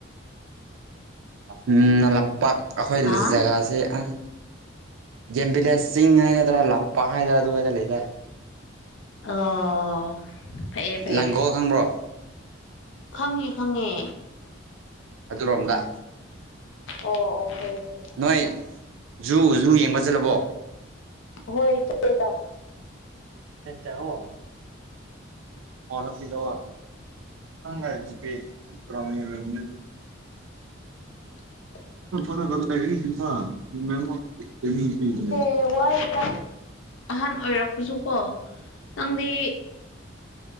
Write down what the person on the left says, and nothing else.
ꯍꯥ
ꯑꯣ ꯐꯩꯌꯦ ꯐꯩꯌꯦ
ꯈꯪꯉꯦ ꯈꯪꯉꯦ
ꯑꯣ ꯑꯣ ꯐꯩꯌꯦ ꯐꯩꯌꯦ
ꯍꯣꯏ ꯆꯠꯂꯦꯗꯥ
<inaudible>
ꯑꯦ ꯋꯥꯏꯌꯦꯗ ꯑꯍꯟ ꯑꯣꯏꯔꯛꯄꯁꯨꯀꯣ ꯅꯪꯗꯤ